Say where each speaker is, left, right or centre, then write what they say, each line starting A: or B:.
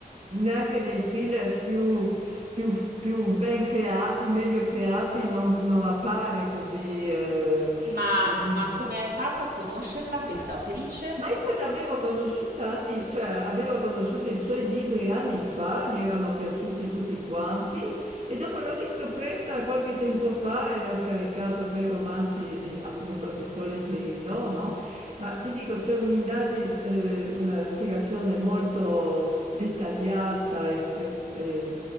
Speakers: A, on the right (about 45°); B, on the right (about 80°).
A: neanche nei thriller più, più- più ben creati, meglio creati, non, non appare così, eh,
B: Ma
A: così.
B: ma come hai fatto a conoscerla questa autrice?
A: Ma io l'avevo conosciuta anni, cioè avevo conosciuto i suoi libri anni fa, mi erano piaciuti tutti quanti e dopo l'ho riscoperta qualche tempo fa e ne ho scaricato tre romanzi di- appunto che sto leggendo, no? Ma ti dico, c'è un'indagine, eh, una spiegazione molto dettagliata e, e- e,